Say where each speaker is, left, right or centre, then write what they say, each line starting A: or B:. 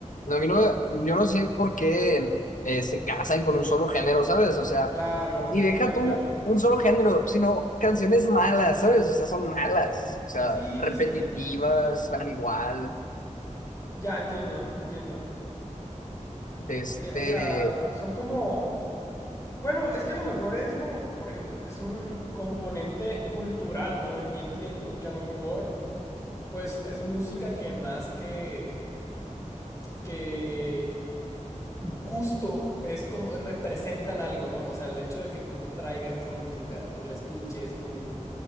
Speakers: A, on the left (about 80°); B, on the left (about 25°).
A: No, a mí no, yo no sé por qué eh, se casan con un solo género, ¿sabes? O sea,
B: Claro,
A: y
B: estoy
A: deja
B: de acuerdo.
A: tú un solo género, sino canciones malas, ¿sabes? O sea, son malas, o sea,
B: Sí,
A: repetitivas,
B: sí.
A: suenan igual.
B: Ya entiendo, entiendo.
A: Este,
B: Eh, o sea, son como... Bueno, es que a lo mejor es como, por ejemplo, es un componente cultural, ¿no? Y entiendo que a lo mejor, pues, es música que más que, que gusto es como representan algo, ¿no? O sea, el hecho de que tú traigas esa música, tú la escuches, tú